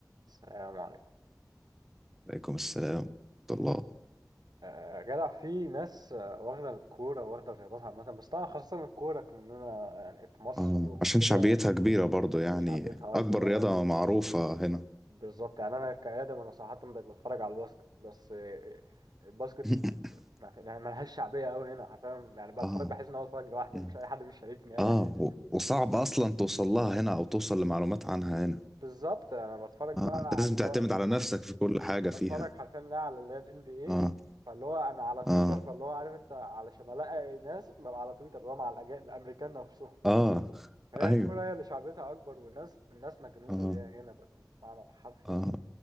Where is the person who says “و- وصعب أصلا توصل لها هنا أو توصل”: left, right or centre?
Centre